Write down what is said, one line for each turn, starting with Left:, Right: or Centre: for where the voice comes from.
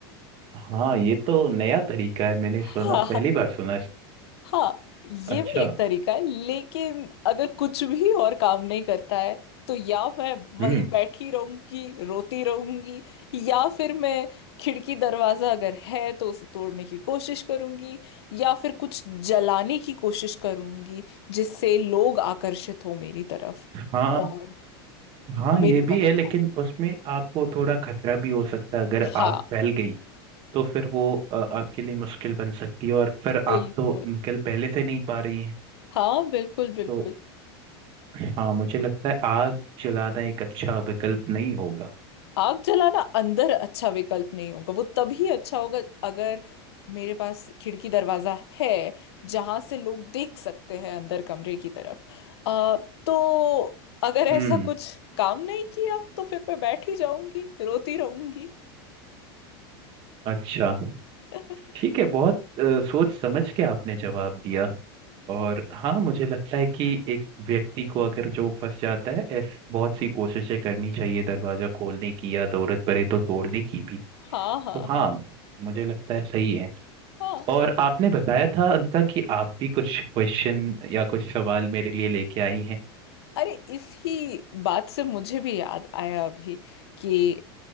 Right: हाँ ये तो नया तरीका है मैंने
Left: हाँ
Right: सुना पहली बार सुना इस
Left: हाँ ये
Right: अच्छा
Left: भी एक तरीका है लेकिन अगर कुछ भी और काम नहीं करता है तो या मैं वहीं
Right: हम्म
Left: बैठी रहूंगी रोती रहूंगी या फिर मैं खिड़की दरवाजा अगर है तो उसे तोड़ने की कोशिश करूंगी या फिर कुछ जलाने की कोशिश करूंगी जिससे लोग आकर्षित हो मेरी तरफ
Right: हाँ
Left: और
Right: हाँ
Left: मेरी
Right: ये भी
Left: मदद
Right: है लेकिन
Left: हो
Right: उसमें आपको थोड़ा खतरा भी हो सकता है अगर
Left: हाँ
Right: आग फैल गई तो फिर वो अ, आपके लिए मुश्किल बन सकती है और फिर
Left: बिल्कुल
Right: आप तो निकल पहले से नहीं पा रही हैं
Left: हाँ बिल्कुल बिल्कुल
Right: तो हाँ मुझे लगता है आग जलाना एक अच्छा विकल्प नहीं होगा
Left: आग जलाना अंदर अच्छा विकल्प नहीं होगा वो तभी अच्छा होगा अगर मेरे पास खिड़की दरवाजा है जहां से लोग देख सकते हैं अंदर कमरे की तरफ आ, तो अगर ऐसा
Right: हम्म
Left: कुछ काम नहीं किया तो फिर मैं बैठ ही जाऊंगी रोती रहूंगी
Right: अच्छा
Left: <laughs>
Right: ठीक है बहुत अ, सोच समझ के आपने जवाब दिया और हाँ मुझे लगता है कि एक व्यक्ति को अगर जो फंस जाता है ऐसी बहुत सी कोशिशें करनी चाहिए दरवाजा खोलने की या जरूरत पड़े तो तोड़ने की भी
Left: हाँ हाँ
Right: तो हाँ
Left: हाँ
Right: मुझे लगता है सही है
Left: हाँ
Right: और आपने बताया था अंका कि आप भी कुछ क्वेश्चन या कुछ सवाल मेरे लिए लेके आई हैं
Left: अरे इसी बात से मुझे भी याद आया अभी कि